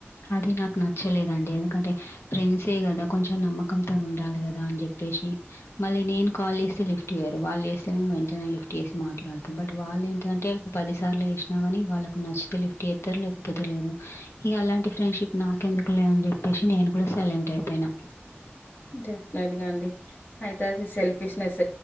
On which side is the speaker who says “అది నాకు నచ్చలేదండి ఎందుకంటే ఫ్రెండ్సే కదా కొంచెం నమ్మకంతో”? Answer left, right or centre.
Left